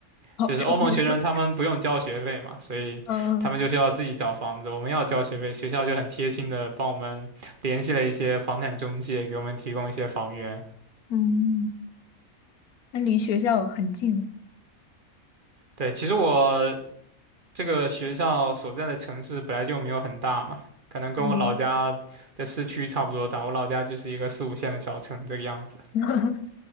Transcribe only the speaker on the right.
就是欧盟学生他们不用交学费嘛，
所以他们就需要自己找房子。
我们要交学费，学校就很贴心的帮我们联系了一些房产中介，给我们提供一些房源。
对，其实我这个学校所在的城市本来就没有很大嘛，可能跟我老家的市区差不多大。
我老家就是一个四五线的小城这个样子，